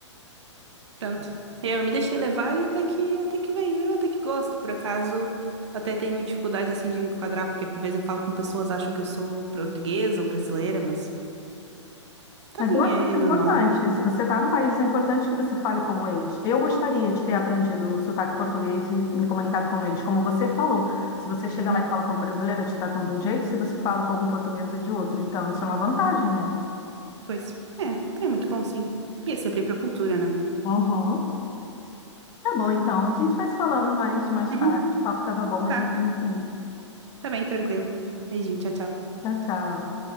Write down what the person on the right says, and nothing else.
Pronto. Eu me deixei levar e até que até que veio. Eu até que gosto, por acaso. Até tenho dificuldades assim de enquadrar, porque por vezes eu falo com pessoas acham que eu sou portuguesa ou brasileira, mas também
é,
é
normal, né?
Uhum.
Pois. É, é muito bom sim. E é sempre pra cultura, né?
Uhum.
Tá,
tá bem, tranquilo. Beijinho, tchau, tchau.